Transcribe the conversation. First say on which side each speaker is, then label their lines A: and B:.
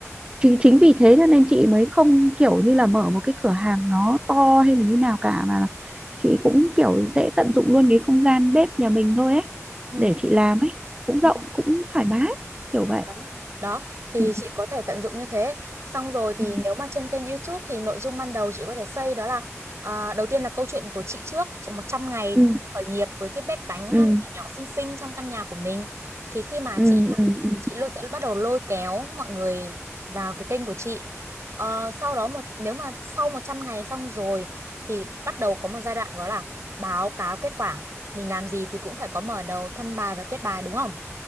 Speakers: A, on the right; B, on the right.
A: chính chính vì thế cho nên chị mới không kiểu như là mở một cái cửa hàng nó to hay là như nào cả mà là chị cũng kiểu sẽ tận dụng luôn cái không gian bếp nhà mình thôi ấy
B: ừ.
A: để chị làm ấy cũng
B: Ừ.
A: rộng cũng thoải mái kiểu vậy
B: đó đó thì
A: ừ
B: chị có thể tận dụng như thế xong rồi thì
A: ừ
B: nếu mà trên kênh YouTube thì nội dung ban đầu chị có thể xây đó là à, đầu tiên là câu chuyện của chị trước trong một trăm ngày
A: ừ
B: khởi nghiệp với cái bếp bánh um,
A: ừ
B: nhỏ nhỏ xinh xinh trong căn nhà của mình thì khi mà
A: ừ
B: chị à,
A: ừ ừ
B: chị luôn sẽ bắt đầu lôi kéo mọi người vào cái kênh của chị Ờ, sau đó một nếu mà sau 100 ngày xong rồi thì bắt đầu có một giai đoạn gọi là báo cáo kết quả mình làm gì thì cũng phải có mở đầu thân bài và kết bài đúng không